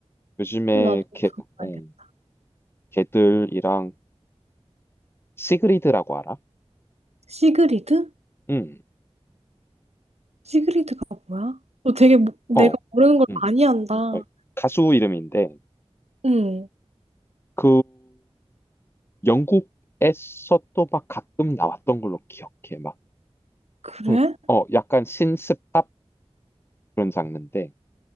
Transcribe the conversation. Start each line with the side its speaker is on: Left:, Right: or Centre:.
Left: 요즘에
Right: 나도
Left: 게,
Right: 들어봐야겠다.
Left: 어. 걔들이랑 시그리드라고 알아?
Right: 시그리드?
Left: 응,
Right: 시그리드가 뭐야? 너 되게 모- 내가
Left: 어,
Right: 모르는 걸
Left: 응.
Right: 많이 한다.
Left: 어, 가수 이름인데
Right: 응.
Left: 그 영국에서 또 막 가끔 나왔던 걸로 기억해. 막,
Right: 그래?
Left: 그, 어, 약간 신스팝 그런 장르인데